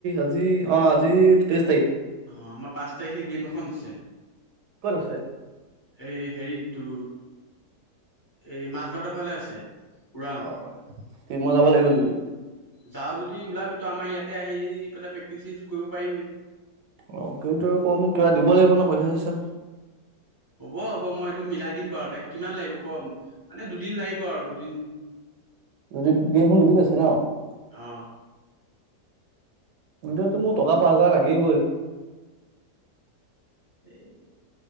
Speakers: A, on the right (about 80°); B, on the left (about 15°).
A: আজি অ আজি তেইছ তাৰিখ
B: অ আমাৰ পাঁচ তাৰিখে গেম এখন আছে
A: ক'ত আছে
B: এই হেৰিটো এই মাছ বাটৰ ফালে আছে ওৰাং
A: অ কি মই যাব লাগিব নেকি
B: যাও যদি ওলাবি তো আমাৰ ইয়াতে আহি পেলাই প্ৰেক্টিচেছ কৰিব পাৰিবি
A: অ কিন্তু আকৌ মোক কিবা দিব লাগিব ন পইচা চইচা
B: হ'ব হ'ব মই এইটো মিলাই দিম বাৰু দে কিমান লাগিব কম মানে দুদিন লাগিব আৰু দুদিন
A: দুদিন গেমখন দুদিন আছে ন
B: অ
A: তেতিয়াটো মোক টকা পাঁচ হাজাৰ লাগিবই
B: এই